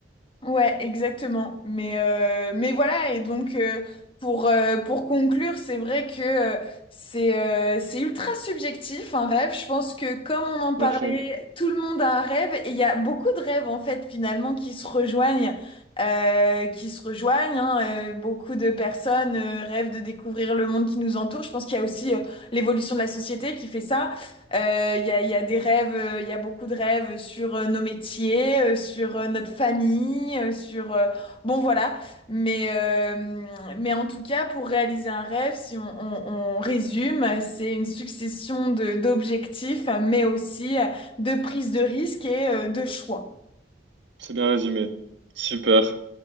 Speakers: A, on the left; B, on the right.
A: Ouais, exactement. Mais, euh, mais voilà, et donc euh, pour, euh, pour conclure, c'est vrai que euh, c'est euh, c'est ultra subjectif un rêve. Je pense que comme on en parlait,
B: à fond.
A: tout le monde a un rêve et il y a beaucoup de rêves en fait finalement qui se rejoignent. euh, qui se rejoignent, hein. Euh, beaucoup de personnes euh, rêvent de découvrir le monde qui nous entoure. Je pense qu'il y a aussi euh, l'évolution de la société qui fait ça. Euh, Il y a, il y a des rêves, euh, il y a beaucoup de rêves sur euh, nos métiers, euh, sur euh, notre famille, euh, sur... euh, bon, voilà. Mais, euh, mais en tout cas, pour réaliser un rêve, si on, on- on résume, c'est une succession de, d'objectifs, mais aussi euh, de prise de risque et euh, de choix.
B: C'est bien résumé. Super.